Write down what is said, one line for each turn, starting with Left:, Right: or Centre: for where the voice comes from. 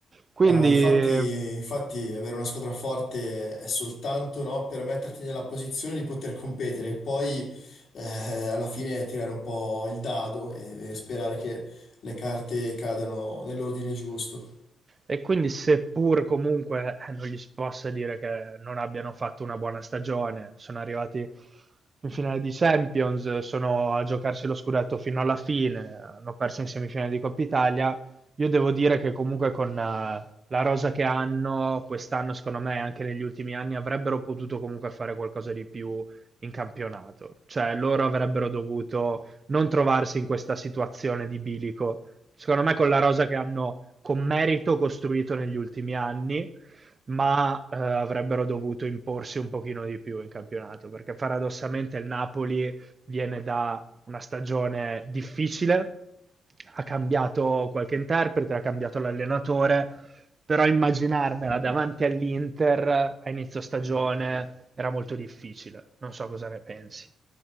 Right: Quindi
Left: Ah, infatti, infatti avere una squadra forte è soltanto, no, per metterti nella posizione di poter competere e poi eh, alla fine tirare un po' il dado e, e sperare che le carte cadano nell'ordine giusto.
Right: E quindi, seppur comunque eh, non gli si possa dire che non abbiano fatto una buona stagione, sono arrivati in finale di Champions, sono a giocarsi lo scudetto fino alla fine, hanno perso in semifinale di Coppa Italia. Io devo dire che comunque con eh, la rosa che hanno quest'anno, secondo me, anche negli ultimi anni, avrebbero potuto comunque fare qualcosa di più in campionato. Cioè, loro avrebbero dovuto non trovarsi in questa situazione di bilico secondo me con la rosa che hanno con merito costruito negli ultimi anni, ma eh, avrebbero dovuto imporsi un pochino di più in campionato, perché paradossalmente il Napoli viene da una stagione difficile, ha cambiato qualche interprete, ha cambiato l'allenatore, però immaginarmela davanti all'Inter a inizio stagione era molto difficile. Non so cosa ne pensi.